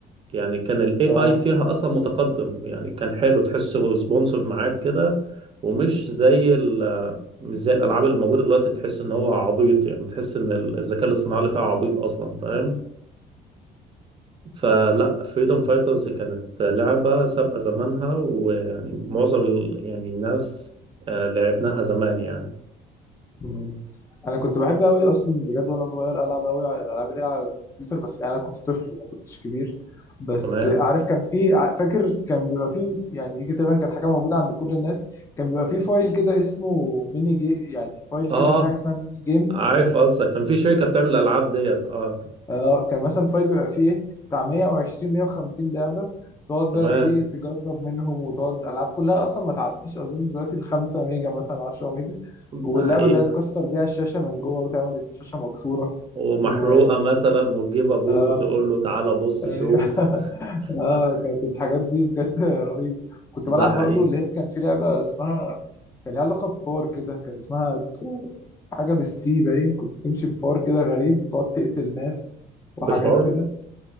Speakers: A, on the right (about 30°); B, on the left (about 15°).
A: يعني كان الاي
B: اه
A: اي فيها اصلا متقدم يعني كان حلو تحسه سبونسر معاك كده ومش زي ال آه، مش زي الالعاب اللي موجوده دلوقتي تحس ان هو عبيط يعني تحس ان الذكاء الاصطناعي اللي فيها عبيط اصلا فاهم فلا فريدom فايترز كانت لعبة سابقة زمانها ويعني معظم ال... يعني الناس آه، لعبناها زمان يعني
B: مم. انا كنت بحب قوي اصلا بجد وانا صغير العب قوي على الالعاب اللي هي على الكمبيوتر بس يعني انا كنت طفل ما كنتش كبير بس
A: تمام
B: عارف كان في ع- فاكر كان بيبقى في يعني دي كده تقريبا كانت حاجه موجوده عند كل الناس كان بيبقى في فايل كده اسمه ميني جي يعني فايل
A: اه
B: كده في حاجه اسمها ميني جيمز
A: عارف قصدك كان في شركة بتعمل الألعاب ديت اه
B: اه كان مثلا فايل بيبقى فيه ايه بتاع 120 150 لعبه تقعد
A: تمام
B: بقى ايه تجرب منهم وتقعد العاب كلها اصلا ما تعديش اظن دلوقتي ال 5 ميجا مثلا 10 ميجا واللعبه
A: ده حقيقي
B: اللي هي تكسر بيها الشاشه من جوه وتعمل ان الشاشه مكسوره
A: ومحروقة
B: و
A: مثلا وتجيب أبوك
B: اه
A: وتقول له تعالى بص
B: ايوه
A: شوف
B: <laughs>
A: <laughs>
B: اه كانت الحاجات دي بجد رهيبه كنت
A: ده
B: بلعب
A: حقيقي
B: برضو اللي هي كان في لعبه اسمها كان ليها علاقه بفار كده كان اسمها ك- حاجه بالسي باين كنت بتمشي بفار كده غريب وتقعد تقتل ناس وحاجات
A: بفار
B: كده